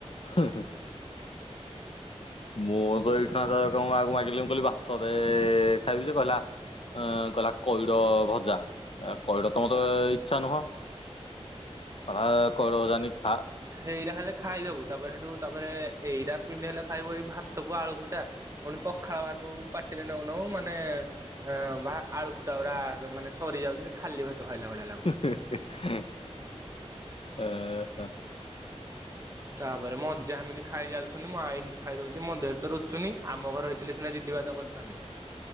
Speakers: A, on the left; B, on the right.
A: ହୁଁ ହୁଁ। ମୁଁ <unintelligible> ଆଗକୁ ମାଗିଲି ମୁଁ କହିଲି ଭାତ ଦେ ଖାଇବି ଯେ କହିଲା ଅ କହିଲା କଇଡ ଭଜା କଇଡ ତ ମତେ ଇଚ୍ଛା ନୁହଁ। କହିଲା କଇଡ ଭଜା ନେଇକି ଖା।
B: ହେଇରା ହେଲେ ଖାଇଦବୁ ତାପରେ ହେଠୁ ତାପରେ ଏଇରା କିନ୍ତି ହେଲେ ଖାଇବୁ ଏଇ ଭାତକୁ ଆଳୁ ଫୁଟା? ପୁଣି ପଖାଳ ଭାତକୁ ପାଟିରେ ନଉନଉ ମାନେ ଏ ଭା ଆଳୁ ଫୁଟା ଗୁରା ମାନେ ସରିଯାଉଛନ୍ତି ଖାଲି ଭାତ ଖାଇଲା ଭଳିଆ ଲାଗୁ
A: ହେଁ ହେଁ ହେଁ। ଏ ହେଁ
B: ତାପରେ ମଜା ଏମିତି ଖାଇ ଚାଲୁଛନ୍ତି ମୁଁ ଆଇକି ଖାଇଦଉଚି ମଜା ବି ତ ରୁଚୁନି ଆମ ଘରେ ଥିଲେ ସିନାଜିଦି ବାଦ କରିଥାନ୍ତି।